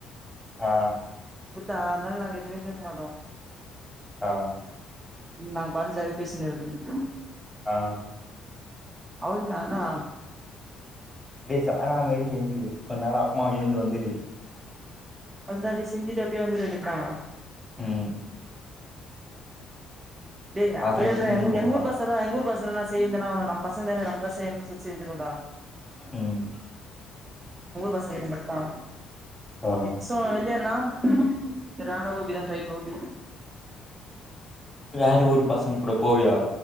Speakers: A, in the centre; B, on the right.
A: ஆ
B: டுத்தா அதனால நாங்க எதுவுமே கேக்க மாட்டோ
A: ஆ
B: நாங் <unintelligible>
A: ஆ
B: அவுள தானா
A: பேச ஆராம <unintelligible> எந்து வந்துரு
B: அப்டிதா அடி செஞ்சுட்டு அப்படியே வந்துர வேண்டி தா
A: ம்
B: <unintelligible>
A: அதான்
B: எங்கூ
A: முன்னூத்தி ஐம்பது
B: எங்கூர்
A: ரூபா
B: பசங்கலா எங்கூர் பசங்களா சேந்து என்னா பண்ணுவோ நம் பஸ் எந்த வேல நம்பதா செய்யனு சப் செஞ்சுறதா
A: அப்பிடிங்களா
B: ஊர் பஸ் <unintelligible>
A: ஆ
B: நிச்சம் ஐடியாலாங்க் சாதாரன ஒவியா டைப் ஒ <unintelligible>
A: வேற ஒரு பசங்கக்கூட போவியா